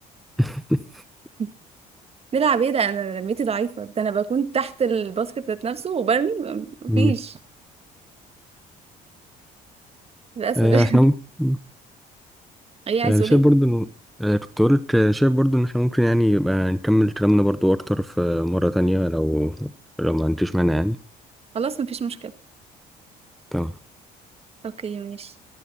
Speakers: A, in the centre; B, on the right.
A: <laughs>
B: <laughs> نلعب ايه ده انا لميتي ضعيفه ده انا بكون تحت الباسكت ذات نفسه وبرمي مفيش
A: مم.
B: للاسف
A: آه، احنا
B: <laughs>
A: مم.
B: ايه عايز
A: آه، أنا
B: تقولي
A: شايف برضو إنه آه، كنت قلت آه، شايف برضو إن إحنا ممكن يعني يبقى نكمل كلامنا برضو أكتر في مرة تانية لو لو ما عنديش مانع يعني
B: خلاص مفيش مشكله
A: تمام
B: اوكي ماشي